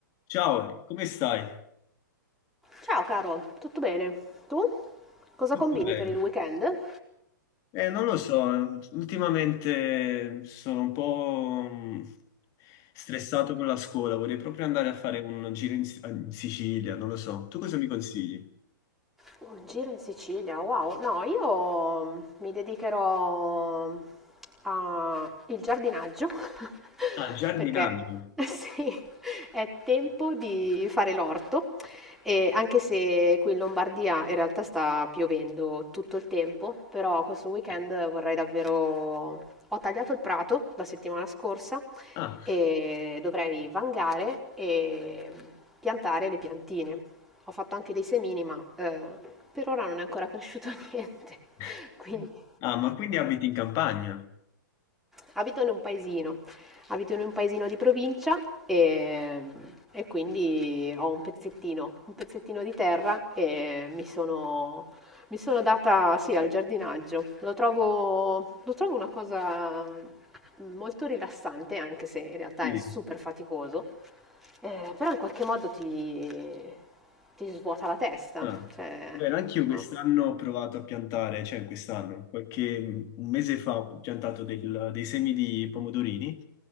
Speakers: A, on the left; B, in the centre.
A: Ciao, come stai?
B: Ciao caro, tutto bene? Tu? Cosa
A: Tutto
B: combini
A: bene?
B: per il weekend?
A: Eh, non lo so, ultimamente sono un po' mm, stressato con la scuola, vorrei proprio andare a fare un giro in, S- eh, in Sicilia, non lo so. Tu cosa mi consigli?
B: Un giro in Sicilia, wow. No, io mm, mi dedicherò al giardinaggio <laughs>
A: Ah, giardinaggio.
B: perché sì, è tempo di fare l'orto e anche se qui in Lombardia in realtà sta piovendo tutto il tempo, però questo weekend
A: Eh,
B: vorrei davvero... Ho tagliato il prato la settimana scorsa
A: Ah.
B: e dovrei vangare e piantare le piantine. Ho fatto anche dei semini, ma eh, per ora non è ancora cresciuto niente,
A: <laughs>
B: <laughs> quindi
A: Ah, ma quindi abiti in campagna?
B: abito in un paesino, abito in un paesino di provincia e, e quindi ho un pezzettino, un pezzettino di terra e mi sono, mi sono data, sì, al giardinaggio. Lo trovo, lo trovo una cosa molto rilassante, anche se in realtà
A: Sì.
B: è super faticoso, eh, però in qualche modo ti, ti svuota la testa,
A: Ah,
B: cioè,
A: bene, anch'io quest'anno
B: no?
A: ho provato a piantare, cioè quest'anno, qualche un mese fa ho piantato del- dei semi di pomodorini